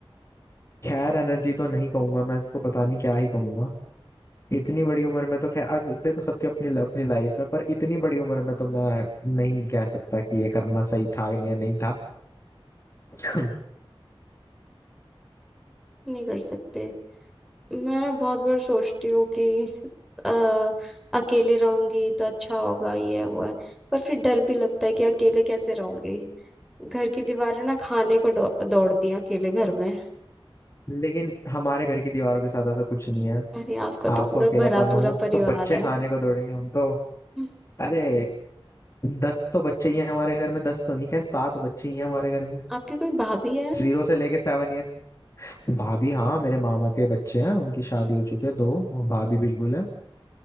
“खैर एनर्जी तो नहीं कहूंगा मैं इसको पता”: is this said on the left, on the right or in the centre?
Left